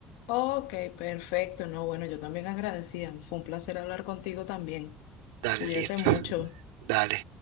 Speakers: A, on the left; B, on the right.
A: Ok, perfecto. No, bueno, yo también agradecida. Fue un placer hablar contigo también.
B: Dale,
A: Cuídate
B: listo.
A: mucho.
B: Dale.